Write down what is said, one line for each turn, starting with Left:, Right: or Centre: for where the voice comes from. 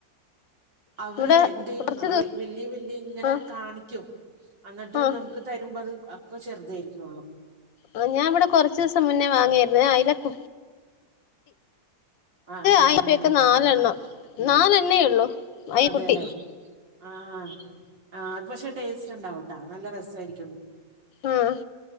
Right: അവരില്
Left: ഇവിടെ
Right: എന്ത്യ്യുന്നോ
Left: കുറച്ച് ദിവ
Right: വല്യ വല്യ ഇങ്ങനെ
Left: ആഹ്
Right: കാണിക്കും അന്നട്ട്
Left: ആഹ്
Right: നമുക്ക് തരുമ്പോ അത് അക്ക ചെറുതായിരിക്കുള്ളു
Left: ആഹ് ഞാൻ ഇവിടെ കൊർചൂസം മുന്നേ വാങ്ങിയായിര്ന്നേ ഞ അയ്ല കു
Right: ആഹ് ആഹ്
Left: അയിലക്ക് നാലെണ്ണം
Right: ആഹ്
Left: നാലെണ്ണേ ഉള്ളൂ അയി
Right: അതേന്നെ
Left: കുട്ടി
Right: ആഹ് ആ അത് പക്ഷെ ടേസ്റ്റ് ഉണ്ടാവുട്ടാ നല്ല രസായിരിക്കും
Left: ആഹ്